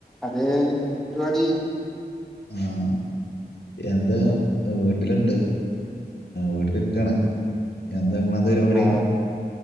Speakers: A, in the centre; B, on the left.
A: അതെ എന്താ പരിപാടി
B: ആഹ് എന്താ വീട്ടില്ണ്ട് വീട്ടിലിരിക്കാണ് എന്താങ്ങളെത് പരിപാടി
A: ആ